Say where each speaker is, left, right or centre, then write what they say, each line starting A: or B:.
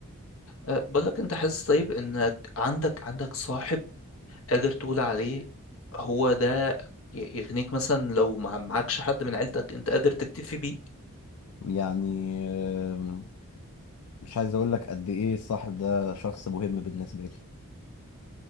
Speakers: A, on the left (about 65°); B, on the left (about 80°).
A: أه، بقول لك انت حاسس طيب انك عندك عندك صاحب قادر تقول عليه هو ده ي- يغنيك مثلا لو مع- معكش حد من عيلتك انت قادر تكتفي بيه
B: يعني آم، مش عايز اقول لك قد ايه الصاحب ده شخص مهم بالنسبه لي